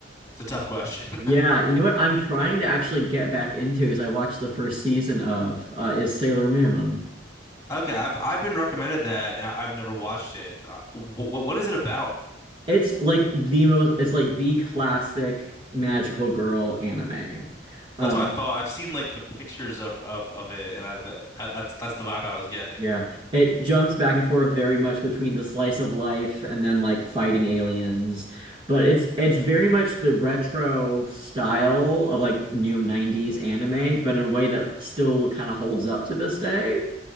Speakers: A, on the left (about 15°); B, on the right (about 30°).
A: It's a tough question.
B: Yeah,
A: <laughs>
B: you know what? I'm trying to actually get back into because I watched the first season of uh, is Sailor Moon.
A: Okay, I've I've been recommended that, and I, I've never watched it. Uh, what what is it about?
B: It's like the most. It's like the classic magical girl anime. Um,
A: That's what I thought. I've seen like the pictures of of of it, and I th that, that's that's the vibe I was getting.
B: yeah, it jumps back and forth very much between the slice of life and them like fighting aliens, but it's it's very much the retro style of like new 90s anime, but in a way that still kind of holds up to this day.